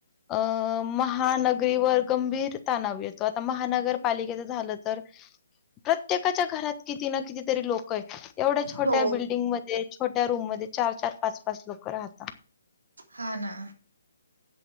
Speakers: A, on the left; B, on the right.
A: अ महानग गाईवर गंभीर तणाव येतो. आता महानगरपालिकेच झालं तर प्रत्येकाच्या घरात किती ना कितीतरी लोक एवढ्या छोट्या
B: हो
A: बिल्डिंग मध्ये छोट्या रूममध्ये चार चार पाच पाच लोक राहतात.
B: हा ना